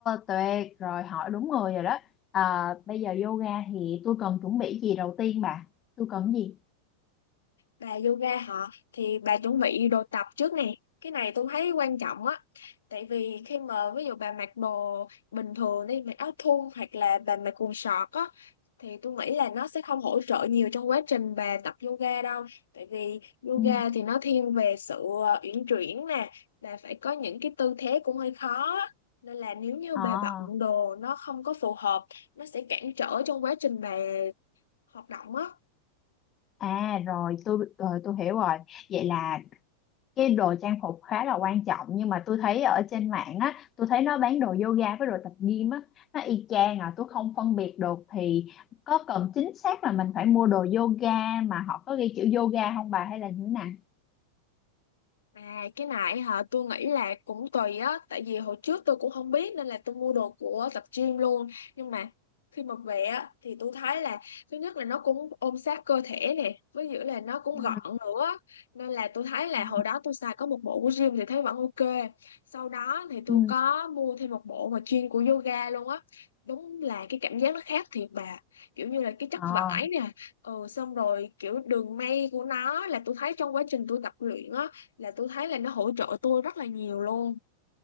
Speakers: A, on the left; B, on the left.
A: tuyệt rồi hỏi đúng người rồi đó. À, bây giờ yoga thì tôi cần chuẩn bị gì đầu tiên bà? Tôi cần gì?
B: bà yoga họ thì bà chuẩn bị đồ tập trước nè cái này tôi thấy quan trọng á tại vì khi mà ví dụ bà mặc đồ bình thường đi mặc áo thun hoặc là bà mặc quần sọt á thì tôi nghĩ là nó sẽ không hỗ trợ nhiều trong quá trình bà tập yoga đâu tại vì yoga
A: Ừ.
B: thì nó thiên về sự ờ, uyển chuyển nè bà phải có những cái tư thế cũng hơi khó á. nên là nếu như
A: À,
B: bà bận đồ nó không có phù hợp nó sẽ cản trở trong quá trình bà hoạt động á
A: à rồi tôi rồi tôi hiểu rồi. Vậy là cái đồ trang phục khá là quan trọng nhưng mà tôi thấy ở trên mạng á tôi thấy nó bán đồ yoga với đồ tập gym á nó y chang à tôi không phân biệt được thì có cần chính xác là mình phải mua đồ yoga mà họ có ghi chữ yoga không bà hay là như thế nào
B: À cái này hả tôi nghĩ là cũng tùy á tại vì hồi trước tôi cũng không biết nên là tôi mua đồ của tập gym luôn nhưng mà khi mà về á thì tôi thấy là thứ nhất là nó cũng ôm sát cơ thể nè với giữa là nó cũng
A: Ừ.
B: gọn nữa nên là tôi thấy là
A: Ừ.
B: hồi đó tôi xài có một bộ của gym thì thấy vẫn ok sau đó thì tôi
A: ừ
B: có mua thêm một bộ mà chuyên của yoga luôn á đúng là cái cảm giác nó khác thiệt bà kiểu như là cái chất
A: ờ
B: vải nè ừ xong rồi kiểu đường may của nó là tôi thấy trong quá trình tôi tập luyện á là tôi thấy là nó hỗ trợ tôi rất là nhiều luôn